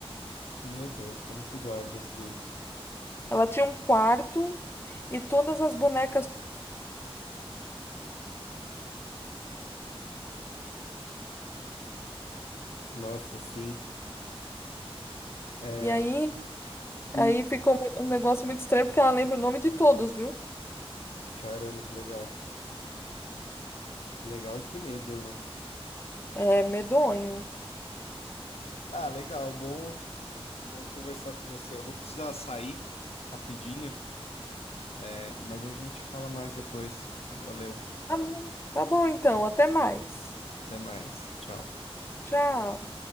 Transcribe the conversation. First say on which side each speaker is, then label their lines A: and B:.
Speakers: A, on the left; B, on the left.
A: Meu Deus, como que guarda tudo isso?
B: Ela tinha um quarto e todas as bonecas.
A: Nossa, sim. É,
B: E aí, aí
A: hum,
B: ficou mu- um negócio muito estranho porque ela lembra o nome de todos, viu?
A: caramba, que legal. Que legal e que medo, né?
B: É medonho.
A: Ah, legal, bom, bom conversar com você. Eu vou precisar sair rapidinho, é, mas a gente fala mais depois. Valeu,
B: Tá bom, tá bom então, até mais.
A: até mais. Tchau.
B: Tchau.